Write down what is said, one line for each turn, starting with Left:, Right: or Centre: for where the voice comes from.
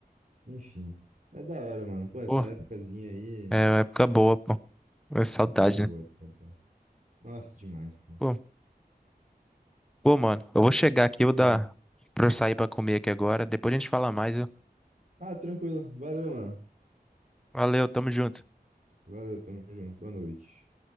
Right: Enfim. Mas da hora, mano. Pô, essa
Centre: Pô,
Right: épocazinha aí,
Centre: é uma época boa, pô. É saudade,
Right: Época boa,
Centre: né?
Right: época boa. Nossa, demais, cara.
Centre: Pô, pô, mano, eu vou chegar aqui, eu vou dar
Right: Ah,
Centre: pra eu sair pra comer aqui agora. Depois a gente fala mais. viu?
Right: ah, tranquilo. Valeu, mano.
Centre: Valeu, tamo junto.
Right: Valeu, tamo junto. Boa noite.